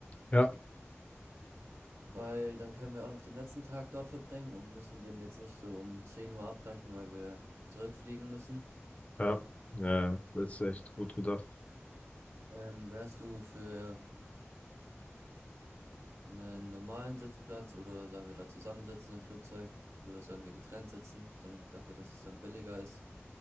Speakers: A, on the left (about 30°); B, on the right (about 80°).
A: Ja,
B: Weil dann können wir auch noch den letzten Tag dort verbringen und müssen den jetzt nicht so um 10 Uhr abbrechen, weil wir zurückfliegen müssen.
A: ja, ja, das ist echt gut gedacht.
B: Ähm, wärst du für einen normalen Sitzplatz oder sollen wir da zusammensitzen im Flugzeug oder sollen wir getrennt sitzen, dann dafür, dass es dann billiger ist?